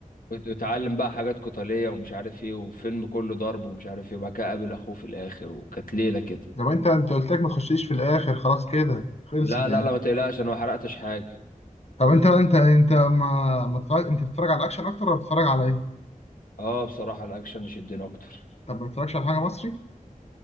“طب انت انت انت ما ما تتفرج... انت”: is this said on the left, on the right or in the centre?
Left